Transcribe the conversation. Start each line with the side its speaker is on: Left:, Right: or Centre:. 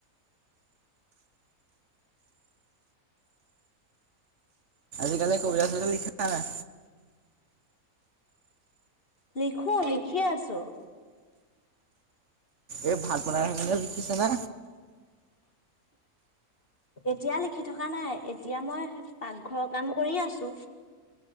Right: এনেই কবিতা চবিতা লিখা নাই?
Left: লিখো, লিখি আছো।
Right: এ ভাত বনাই আছে যে। লিখিচানে?
Left: এতিয়া লিখি থকা নাই। এতিয়া মই পাকঘৰৰ কাম কৰি আছো।